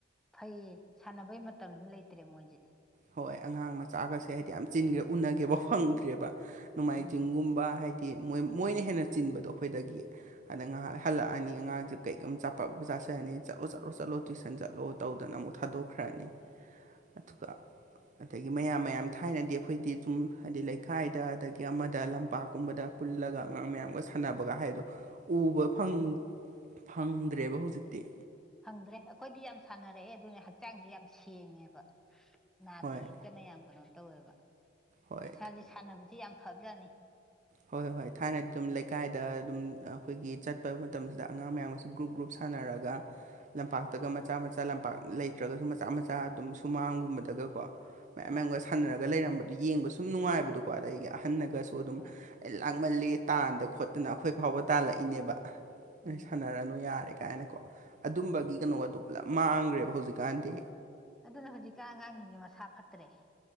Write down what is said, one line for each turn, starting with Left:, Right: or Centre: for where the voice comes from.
Centre: ꯐꯩꯌꯦ ꯁꯥꯟꯅꯕꯩ ꯃꯇꯝꯁꯨ ꯂꯩꯇ꯭ꯔꯦ ꯃꯣꯏꯁꯦ
Right: ꯍꯣꯏ ꯑꯉꯥꯡ ꯃꯆꯥꯒꯁꯦ ꯍꯥꯏꯗꯤ ꯌꯥꯝ ꯆꯤꯟꯒꯔ ꯎꯅꯒꯦꯕ ꯐꯪꯗ꯭ꯔꯦꯕ ꯅꯣꯡꯃꯥꯏꯖꯤꯡꯒꯨꯝꯕ
Centre: ꯎꯝ
Right: ꯍꯥꯏꯗꯤ ꯃꯣꯏ ꯃꯣꯏꯅ ꯍꯦꯟꯅ ꯆꯤꯟꯕꯗꯣ ꯑꯩꯈꯣꯏꯗꯒꯤ ꯑꯗ ꯉꯥꯏꯍꯥꯛ ꯍꯜꯂꯛꯑꯅꯤ ꯑꯉꯥꯡꯁꯦ ꯀꯩꯒꯨꯝꯝ ꯆꯆꯥꯄꯞ ꯆꯥꯁꯂꯑꯅꯤ ꯆꯠꯂꯣ ꯆꯠꯣ ꯆꯂꯣ ꯇꯨꯏꯁꯟ ꯆꯠꯂꯣ ꯇꯧꯗꯅ ꯑꯃꯨꯛ ꯊꯥꯗꯣꯛꯈ꯭ꯔꯅꯤ ꯑꯗꯨꯒ ꯑꯗꯒꯤ ꯃꯌꯥꯝ ꯃꯌꯥꯝ ꯊꯥꯏꯅꯗꯤ ꯑꯩꯈꯣꯏꯗꯤ ꯑꯗꯨꯨꯝ ꯍꯥꯏꯗꯤ ꯂꯩꯀꯥꯏꯗ ꯑꯗꯒꯤ ꯑꯃꯗ ꯂꯝꯄꯥꯛꯀꯨꯝꯕꯗ ꯄꯨꯜꯂꯒ ꯑꯉꯥꯡ ꯃꯌꯥꯝꯒ ꯁꯥꯟꯅꯕꯒ ꯍꯥꯏꯗꯣ ꯎꯕ ꯐꯪ ꯐꯪꯗ꯭ꯔꯦꯕ ꯍꯧꯖꯤꯛꯇꯤ
Centre: ꯐꯪꯗ꯭ꯔꯦ ꯑꯩꯈꯣꯏꯗꯤ ꯌꯥꯝ ꯁꯥꯟꯅꯔꯛꯑꯦ ꯑꯗꯨꯅ ꯍꯛꯆꯥꯡꯁꯦ ꯌꯥꯝ ꯁꯦꯡꯉꯦꯕ ꯅꯥꯗꯦ
Right: ꯍꯣꯏ
Centre: ꯌꯦꯛ ꯀꯅ ꯌꯥꯝ ꯀꯩꯅꯣ ꯇꯧꯋꯦꯕ
Right: ꯍꯣꯏ
Centre: ꯏꯁꯥꯁꯦ ꯁꯥꯟꯅꯕꯁꯤ ꯌꯥꯝ ꯐꯕꯥꯖꯥꯠꯅꯤ
Right: ꯍꫭꯏ ꯍꯣꯏ ꯍꯣꯏ ꯊꯥꯏꯅꯗꯤ ꯑꯗꯨꯝ ꯂꯩꯀꯥꯏꯗ ꯑꯗꯨꯝ ꯑꯩꯈꯣꯏꯒꯤ ꯆꯠꯄ ꯃꯇꯝꯁꯤꯗ ꯑꯉꯥꯡ ꯃꯌꯥꯝꯒ ꯒ꯭ꯔꯨꯞ ꯒ꯭ꯔꯨꯞ ꯁꯥꯟꯅꯔꯒ ꯂꯝꯄꯥꯛ ꯇꯒ ꯃꯆꯥ ꯃꯆꯥ ꯂꯝꯄꯥꯛ ꯂꯩꯇ꯭ꯔꯒꯁꯨ ꯃꯆꯥ ꯃꯆꯥ ꯑꯗꯨꯝ ꯁꯨꯃꯥꯡꯒꯨꯝꯕꯗꯒꯀꯣ ꯃꯌꯥꯝ
Centre: ꯍꯣꯏ
Right: ꯃꯌꯥꯝꯒ ꯁꯅꯥ ꯁꯅꯔꯒ ꯂꯩꯔꯝꯕꯗꯨ ꯌꯦꯡꯕ ꯁꯨꯝ ꯅꯨꯡꯉꯥꯏꯕꯗꯣꯀꯣ ꯑꯗꯒꯤ ꯑꯍꯟꯅꯒꯁꯨ ꯑꯗꯨꯝ
Centre: ꯍꯣꯏ
Right: ꯑꯩ ꯂꯥꯡꯃꯜꯂꯦ ꯇꯥꯟꯗ ꯈꯣꯠ ꯑꯗꯨꯅ ꯑꯩꯈꯣꯏ ꯐꯥꯎꯕ ꯇꯥꯜꯂꯛꯏꯅꯦꯕ
Centre: ꯎꯝ
Right: ꯅꯣꯏ ꯁꯥꯟꯅꯔꯅꯨ ꯌꯥꯔꯦ ꯀꯥꯏꯅꯀꯣ ꯑꯗꯨꯝꯕꯒꯤ ꯀꯩꯅꯣ ꯑꯗꯨ ꯄꯨꯂꯞ ꯃꯥꯡꯈ꯭ꯔꯦꯕ ꯍꯧꯖꯤꯛꯀꯥꯟꯗꯤ
Centre: ꯑꯗꯨꯅ ꯍꯧꯖꯤꯛꯀ ꯑꯉꯥꯡꯁꯤꯡꯖ ꯃꯁꯥ ꯐꯠꯇ꯭ꯔꯦ